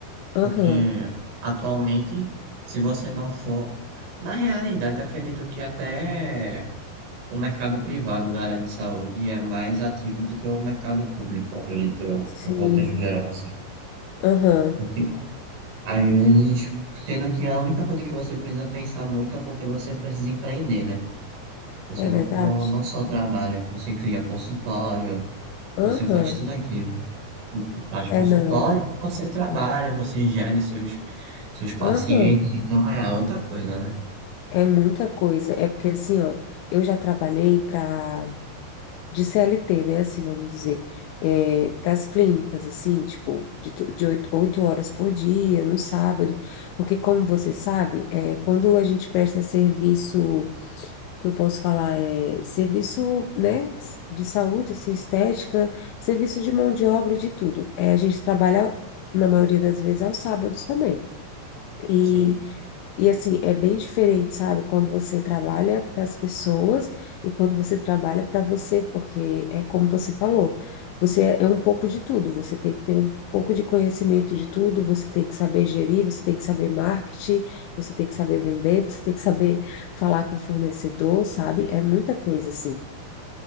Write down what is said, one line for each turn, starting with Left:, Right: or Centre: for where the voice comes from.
Left: Aham,
Right: porque atualmente, se você não for, na realidade, acredito que até O mercado privado da área de saúde é mais ativo do que o mercado público, acredito eu,
Left: sim,
Right: no contexto geral, assim.
Left: aham.
Right: Porque, às vezes, sendo que a única coisa que você precisa pensar muito é porque você precisa empreender, né? Você
Left: É
Right: não,
Left: verdade?
Right: não, não só trabalha, você cria consultório,
Left: Aham.
Right: você faz tudo aquilo. Faz
Left: É,
Right: consultório,
Left: não. é.
Right: você trabalha, você gere seus, seus pacientes,
Left: Aham.
Right: então é outra coisa, né?
Left: É muita coisa. É porque, assim, ó, eu já trabalhei para, de CLT, né, assim, vamos dizer, é, para as clínicas, assim, tipo, de, tu- de oito, oito horas por dia, no sábado. Porque, como você sabe, é, quando a gente presta serviço, que eu posso falar, é serviço, né, de saúde, assim, estética, serviço de mão de obra, e de tudo. É, a gente trabalha, na maioria das vezes, aos sábados também. E
Right: Sim,
Left: E assim, é bem diferente, sabe? Quando você trabalha para as pessoas e quando você trabalha para você, porque é como você falou, você é é um pouco de tudo, você tem que ter um pouco de conhecimento de tudo, você tem que saber gerir, você tem que saber marketing, você tem que saber vender, você tem que saber falar com o fornecedor, sabe? É muita coisa assim.